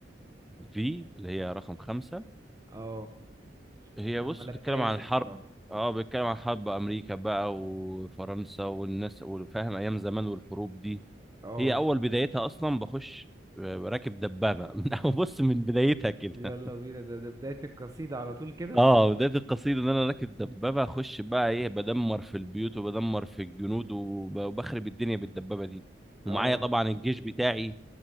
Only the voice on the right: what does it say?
اه
انا
ما لعبتهاش
الصراحه
اه
يلا بينا ده ده بدايه القصيده على طول كده
اه